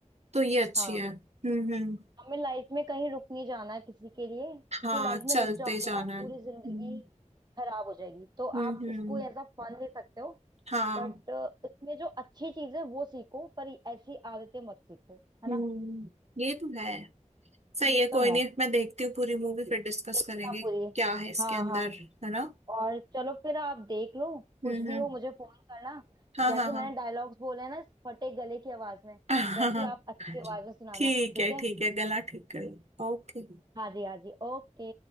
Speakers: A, on the right; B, on the right.
A: तो ये अच्छी
B: हाँ
A: है हम्म हम्म
B: हमें लाइफ में कहीं रुक नहीं जाना है किसी के लिए
A: हाँ
B: क्योंकि लाइफ
A: चलते
B: में रुक जाओगे
A: जाना
B: ना पूरी
A: है हम्म
B: जिंदगी खराब हो जाएगी तो
A: हम्म
B: आप
A: हम्म,
B: इसको एज अ फन ले सकते हो
A: हाँ
B: बट इसमें जो अच्छी चीज है वो सीखो पर ऐसी आदतें मत सीखो है
A: हम्म
B: ना
A: ये तो है सही
B: ये
A: है कोई
B: तो है
A: नहीं मैं देखती हूँ पूरी मूवी फिर डिस्कस
B: देखना
A: करेंगे
B: पूरी
A: क्या है इसके
B: हाँ
A: अंदर
B: हाँ
A: है ना
B: और चलो फिर आप देख लो कुछ
A: हम्म
B: भी
A: हम्म
B: हो मुझे फोन करना
A: हाँ
B: जैसे
A: हाँ हाँ
B: मैंने डायलॉग्स बोले हैं ना इस फटे गले की आवाज में
A: <laughs>
B: वैसी
A: हाँ हाँ
B: आप अच्छी आवाज में सुनाना
A: ठीक
B: ठीक
A: है
B: है
A: ठीक है गला ठीक कर ओके
B: हाँ जी हाँ जी ओके